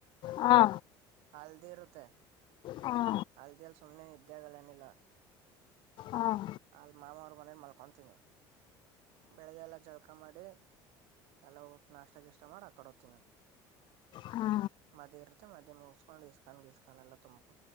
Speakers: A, on the left (about 50°); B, on the right (about 75°).
A: ಹಾ
B: ನಾಳೆ ಹಲ್ದಿ ಇರುತ್ತೆ
A: ಹಾ
B: ಅಲ್ದೆಲ್ ಸೋನೆ ಇದ್ದ್ಯಾಗಲ್ಲನಿಲ್ಲ
A: ಹಾಂ
B: ಅಲ್ಲಿ ಮಾಮಾರ ಮನ್ಯಾಗ ಮಲ್ಕೊಂತೀನಿ ಬೆಳಿಗ್ಗೆ ಎಲ್ಲ ಜಳ್ಕ ಮಾಡಿ ಎಲ್ಲ ಹೋಗಿ ನಾಷ್ಟಾಗಿಷ್ಟಾ ಮಾಡಿ ಆಕಡೆ ಹೋಗ್ತೀನ
A: ಹಾ
B: ಮದ್ ಇತ್ತೆ ಮದ್ ಮುಗಸ್ಕೊಂಡ್ ಈ ಇಸ್ಕಾ ಗೀಸ್ಕ್ ಎಲ್ಲಾ ತುಂಬು